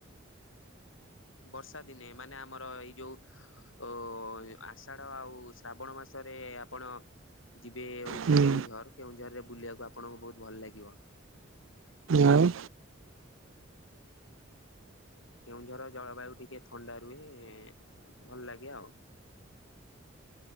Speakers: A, on the left; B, on the right.
A: ବର୍ଷା ଦିନେ ମାନେ ଆମର ଏଇ ଯୋଉ ଅ ଆଷାଢ ଆଉ ଶ୍ରାବଣ ମାସ ରେ ଆପଣ ଯିବେ ହଉଛି
B: ହୁଁ
A: କେଉଁଝର କେଉଁଝର ରେ ବୁଲିବାକୁ ଆପଣଙ୍କୁ ବହୁତ ଭଲ ଲାଗିବ।
B: ଆଉ ନା ହୁଁ
A: କେଉଁଝର ଜଳବାୟୁ ଟିକେ ଥଣ୍ଡା ରୁହେ ଭଲ ଲାଗେ ଆଉ। <inaudible>